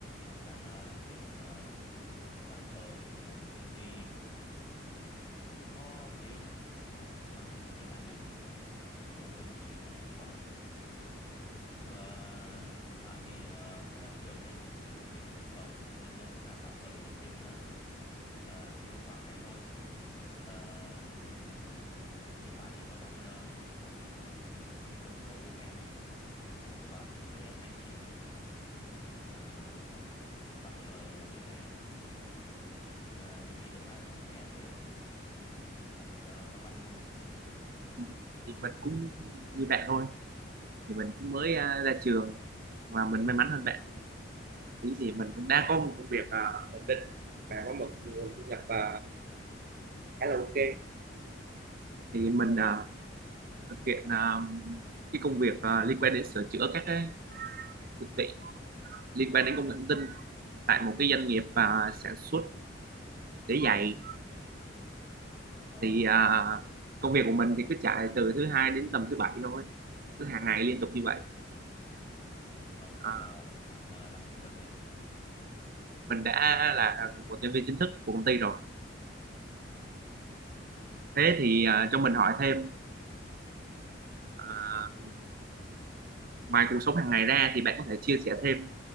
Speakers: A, on the left (about 25°); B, on the right (about 50°).
A: đang ờ, làm việc ờ, tạm thời tại một công ty cũng có tiếng mang thương hiệu ở Việt Nam mình. Mình ở bên chuyên ngành sản xuất. Ờ, hiện tại thì ờ, mới ra trường nên mình vẫn chưa ổn định được cuộc sống nên ờ, mình làm tạm thời kiếm ờ, ờ, đồng lương qua ngày thôi. Ờ, mình hiện tại thì vẫn đang ờ, sống sinh sống với bố mẹ mình và cùng với anh chị mình. Ờ, tạm thời là như thế đó. Mà mình nghĩ tương lai nó sẽ thay đổi. Ờ, còn bạn thì sao?
B: Ừ. thì mình cũng như bạn thôi. Thì mình cũng mới ờ, ra trường và mình may mắn hơn bạn. Ý thì mình cũng đang có một công việc ờ, ổn định và có một nguồn thu nhập à, khá là ok
A: Ừ.
B: thì mình ờ, thực hiện ờ, cái công việc ờ, liên quan đến sửa chữa các cái thiết bị liên quan đến công nghệ thông tin tại một cái doanh nghiệp
A: Ừ.
B: à, sản xuất để dạy
A: Ờ,
B: thì à, công việc của mình thì cứ chạy từ thứ hai đến tầm thứ bảy thôi cứ hàng ngày liên tục như vậy
A: ờ, vậy
B: à,
A: là bạn ờ, làm chính thức rồi à?
B: mình đã là một nhân viên chính thức của công ty rồi
A: Ờ.
B: thế thì à, cho mình hỏi thêm à, ngoài cuộc sống hàng ngày ra thì bạn có thể chia sẻ thêm